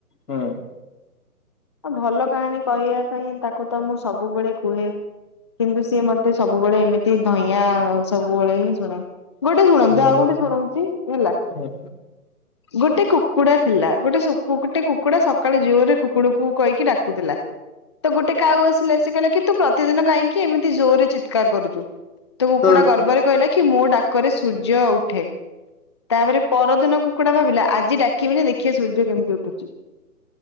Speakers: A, on the left; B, on the left.
A: ହୁଁ।
B: ଭଲ କାହାଣୀ କହିବା ପାଇଁ ତାକୁ ତ ମୁଁ ସବୁବେଳେ କୁହେ। କିନ୍ତୁ ସିଏ ମତେ ସବୁବେଳେ ଏମିତି ଧଇଁଆଁ ସବୁବେଳେ ହିଁ। ଗୋଟେ ଶୁଣନ୍ତୁ
A: ହୁଁ
B: ଆଉ ଗୋଟେ ଶୁଣଉଛି ହେଲା
A: ହଁ
B: ଗୋଟେ କୁ କୁଡ଼ା ଥିଲା ଗୋଟେ ସୁ ଗୋଟେ କୁକୁଡ଼ା ସକାଳେ ଜୋର ରେ କୁକୁଡୁ କୁ କହିକି ଡାକୁଥିଲା। ତ ଗୋଟେ କାଉ ଆସିଲା ସେ କହିଲା କି ତୁ ପ୍ରତିଦିନ କାହିଁକି ଏମିତି ଜୋରରେ ଚିତ୍କାର କରୁଛୁ। ତ କୁକୁଡା
A: ହୁଁ
B: ଗର୍ବ ରେ କହିଲା କି ମୋ ଡାକ ରେ ସୂର୍ଯ୍ୟ ଉଠେ। ତାପରେ ପରଦିନ କୁକୁଡ଼ା ଭାବିଲା ଆଜି ଡାକି ବିନି ଦେଖିେ ବା ସୂର୍ଯ୍ୟ କେମିତି ଉଠୁଛି।